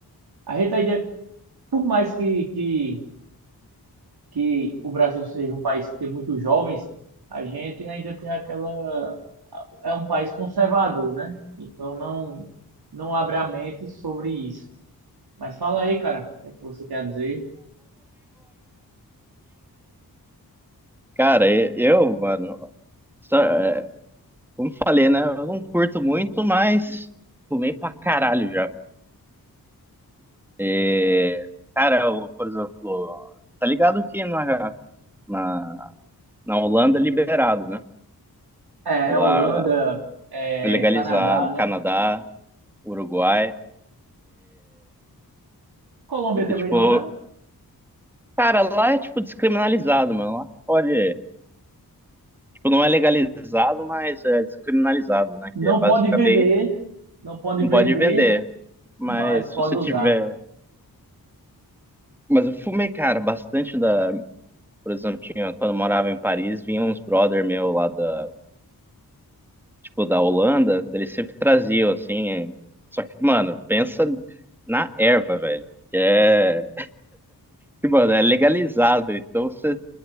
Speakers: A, on the right; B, in the centre.
A: a gente ainda, por mais que, que, que o Brasil seja um país que tem muitos jovens, a gente ainda tem aquela, é um país conservador, né? Então não, não abre a mente sobre isso. Mas fala aí, cara, o que é que você quer dizer?
B: cara, eu, eu, mano, só- é, como falei, né? Eu não curto muito, mas fumei pra caralho já. É, cara, eu, por exemplo, tá ligado que na, na, na Holanda é liberado, né?
A: É,
B: Tipo, lá
A: Holanda, é,
B: é legalizado,
A: Canadá, né?
B: Canadá, Uruguai.
A: Colômbia
B: Então,
A: também
B: tipo,
A: não é, não?
B: cara, lá é tipo descriminalizado, mano. Lá pode, tipo, não é legalizado, mas é descriminalizado, né?
A: Não
B: Que é basicamente
A: pode vender, não pode
B: não
A: vender,
B: pode vender. Mas
A: mas pode
B: se você
A: usar.
B: tiver Mas eu fumei, cara, bastante da. Por exemplo, tinha, quando eu morava em Paris, vinha uns brother meu lá da, tipo, da Holanda, eles sempre traziam, assim. Só que, mano, pensa na erva, velho. Que é. que, mano, é legalizado, então você,